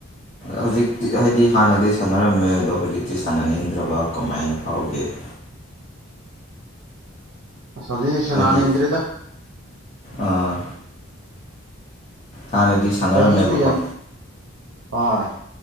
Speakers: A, on the left; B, on the right.
A: ꯍꯧꯖꯤꯛꯇꯤ ꯍꯥꯏꯗꯤ ꯍꯥꯟꯅꯗꯤ ꯁꯥꯟꯅꯔꯝꯃꯦ ꯑꯗꯣ ꯍꯧꯖꯤꯛꯇꯤ ꯁꯥꯟꯅꯅꯤꯡꯗ꯭ꯔꯕ ꯀꯃꯥꯏꯅ ꯐꯥꯎꯒꯦ <inaudible>
B: ꯁꯖꯤꯁꯤ ꯁꯅꯥꯅꯤꯡꯗ꯭꯭ꯔꯔꯤꯗ
A: ꯍꯥꯏꯗꯤ ꯑꯥ ꯍꯥꯟꯅꯗꯤ ꯁꯥꯟꯅꯔꯝꯃꯦꯕꯀꯣ
B: ꯁꯍꯤꯁꯨꯨ ꯌꯝ ꯍꯣꯏ